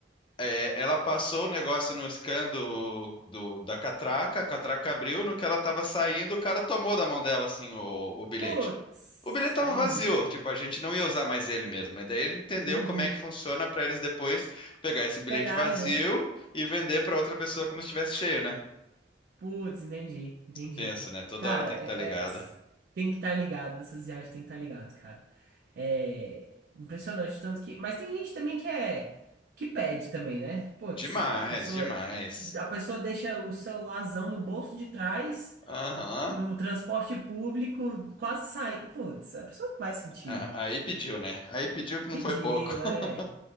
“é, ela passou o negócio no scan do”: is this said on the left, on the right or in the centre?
Left